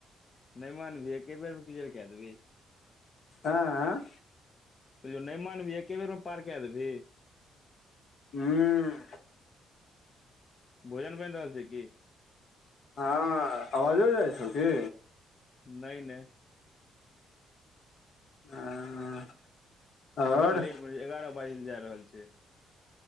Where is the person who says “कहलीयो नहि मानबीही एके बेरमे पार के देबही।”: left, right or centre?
Left